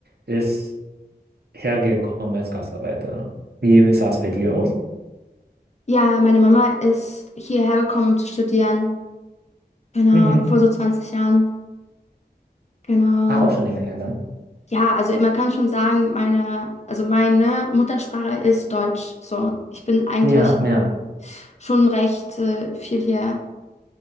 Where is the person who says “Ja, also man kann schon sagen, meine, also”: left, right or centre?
Left